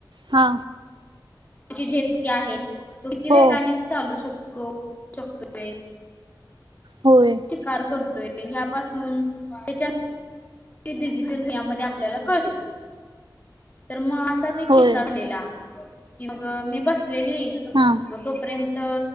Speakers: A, on the right (about 80°); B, on the left (about 20°).
A: हा.
B: त्याची झेपती <inaudible> आहे, तो किती
A: हो
B: वेगाने चालू शकतो, शकतोय.
A: होय.
B: कार करतोय, ह्यापासून तेज्या डिजिटल यामध्ये आपल्याला कळते, तर म अस <inaudible> तच एक
A: होय
B: किस्सा झालेला, की मग मी बसलेली
A: हा.
B: मग तोपर्यंत,